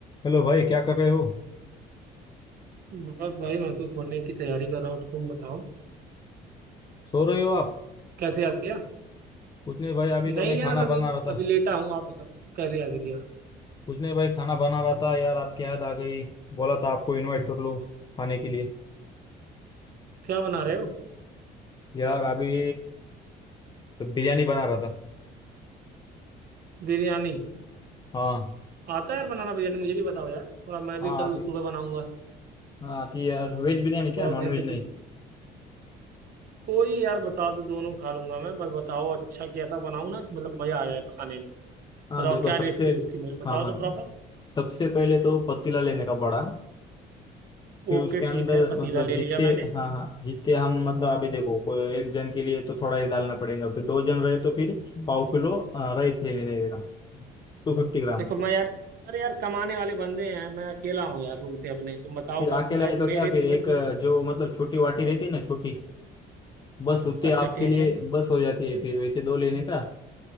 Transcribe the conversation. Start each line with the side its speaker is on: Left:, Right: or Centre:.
Left: Hello भाई क्या कर रहे हो
Right: बस भाई मैं तो सोने की तैयारी कर रहा हूँ तुम बताओ
Left: सो रहे हो आप
Right: कैसे याद किया
Left: कुछ नहीं भाई अभी
Right: नहीं
Left: तो मैं
Right: यार
Left: खाना
Right: अभी
Left: बना रहा
Right: अभी
Left: था
Right: लेटा हूँ आप बताओ कैसे याद किया
Left: कुछ नहीं भाई खाना बना रहा था यार आपकी याद आ गई बोला था आपको इनवाइट कर लूँ खाने के लिए
Right: क्या बना रहे हो
Left: यार अभी तो बिरयानी बना रहा था
Right: बिरयानी
Left: हाँ
Right: आता है यार बनाना बिरयानी मुझे भी बताओ यार थोड़ा मैं भी
Left: हाँ
Right: कल
Left: आती
Right: सुबह बनाऊंगा
Left: हाँ आती यार वेज बिरयानी क्या
Right: बहुत
Left: नॉन
Right: दिन
Left: वेज
Right: से कुछ
Left: नहीं
Right: कोई यार बता दो दोनों खा लूंगा मैं बस बताओ अच्छा कैसा बनाऊं ना कि मतलब मजा आ जाए खाने में
Left: हाँ
Right: बताओ
Left: देखो
Right: क्या
Left: सबसे
Right: रेसिपी उसकी मुझे बताओ
Left: हाँ हाँ
Right: तो प्रॉपर
Left: सबसे पहले तो पतीला लेने का बड़ा फिर
Right: ओके
Left: उसके अंदर
Right: ठीक है पतीला
Left: मतलब
Right: ले
Left: जितने
Right: लिया मैंने
Left: हाँ हाँ जितने हम मतलब अभी देखो कोई एक जन के लिए तो थोड़ा ही डालना पड़ेगा फिर दो जन रहे तो फिर पाव किलो अ, राइस ले लेने का टू फिफ्टी ग्राम
Right: देखो मैं यार अरे यार कमाने वाले बंदे हैं मैं अकेला हूँ यार रूम पे अपने तुम बताओ
Left: फिर अकेला
Right: बस मैं
Left: है तो
Right: मेरे
Left: क्या फिर
Right: मे-
Left: एक
Right: मुझे
Left: अ, जो मतलब छोटी वाटी रहती है ना छोटी बस उतने
Right: अच्छा
Left: आपके
Right: ठीक
Left: लिए
Right: है
Left: बस हो जाती है फिर वैसे दो लेने का